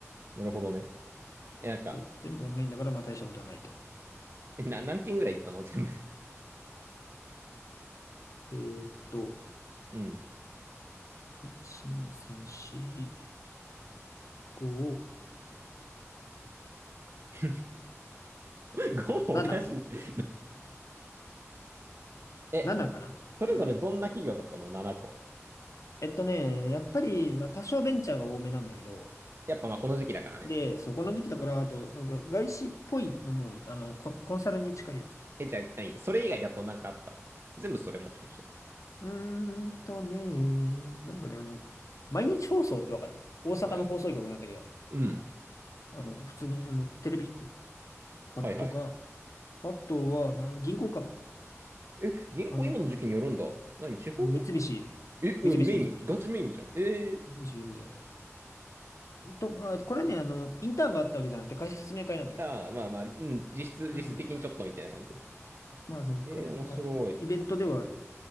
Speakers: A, on the right (about 50°); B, on the left (about 80°).
A: なるほどね。え、なんか、
B: そう、全部オンラインだから、まあ大したことはないと。
A: え、な、何件ぐらい行ったの全部で。
B: えーっと、
A: うん。
B: 1、2、3、4、5、
A: <laughs> 5、ごもおかしいけど。
B: 7。
A: え、
B: 7かなうん。
A: それぞれどんな企業だったの ?7 個。
B: えっとね、やっぱり、まあ多少ベンチャーが多めなんだけど、
A: やっぱまあこの時期だからね。
B: で、そこの時期だから、あと、なんか外資っぽいのも、あの、コ、コンサルに近いやつ。
A: え、じゃあ、何それ以外だとなんかあった全部それもしかして。
B: うーんとね、なんかね、あの、毎日放送ってわかる大阪の放送局なんだけど、
A: 毎日。うん。
B: あの、普通に、あの、テレビ局かなとか、
A: はいはい。
B: あとは、な、銀行か。
A: え、銀行今の時期によるんだ。
B: あの、
A: 何地方銀行え、
B: あの三菱、三菱、
A: うん、メイン、
B: 三菱、
A: ガチメインじゃん。えー。
B: 三菱ユーエフジェーとか、あとこれね、あの、インターンがあったわけじゃなくて、会社説明会なんだけど。
A: ああ、まあまあ、うん、実質、
B: うん。
A: 実質的にちょっとみたいな感じ。
B: まあ、その、
A: えー、
B: か、
A: 面白い。
B: まあ、イベントではある